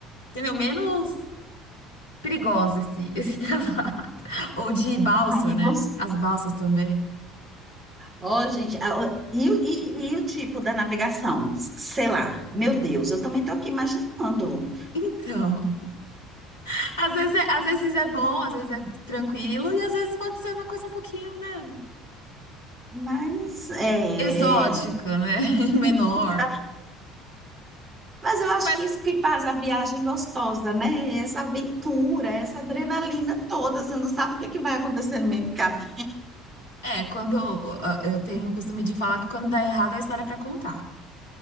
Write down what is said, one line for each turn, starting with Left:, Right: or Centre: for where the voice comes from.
Left: entendeu? Menos perigosa esse, <laughs> esse traslado. Ou de balsa,
Right: Aí
Left: né?
Right: você
Left: As balsas também.
Right: Ó, gente, a- ó, e, o- e, e o tipo da navegação? Sei lá, meu Deus, eu também estou aqui imaginando.
Left: Então, <laughs> às vezes é, às vezes é bom, às vezes é tranquilo, e às vezes pode ser uma coisa um pouquinho, né?
Right: Mas é,
Left: Exótica,
Right: é,
Left: né? <laughs> Menor.
Right: tá. mas eu acho
Left: Mas
Right: que isso que faz a viagem gostosa, né? É Essa aventura, é essa adrenalina toda, você não sabe o que é que vai acontecer no meio do caminho.
Left: É, quando ah, eu tenho o costume de falar que quando dá errado, a história é pra contar.